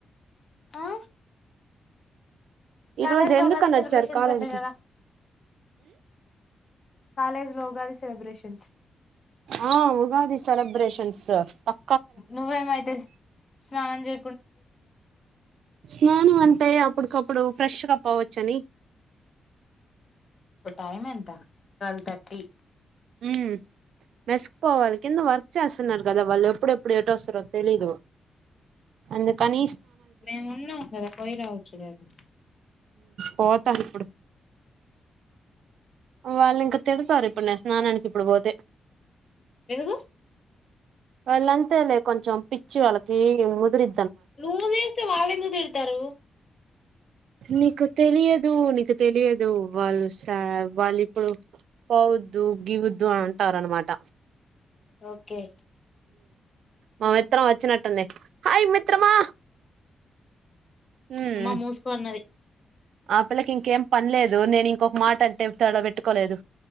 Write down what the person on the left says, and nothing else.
ఆ
కాలజ
లో
సెలిబ్రేషన్స్
అంట కద కాలేజ్ లో ఉగాది సెలబ్రేషన్స్
నువ్వేమైతే స్నాం చే
టైమ్ ఎంత ట్వల్వ్ థర్టీ
మేము ఉన్నాం కదా పోయి రావచ్చు కదా
ఎందుకు
నువ్ చేేస్తే వాళ్ళెన్నది ఇడతారు
ఓకే
అమ్మా మూసుకోన్నది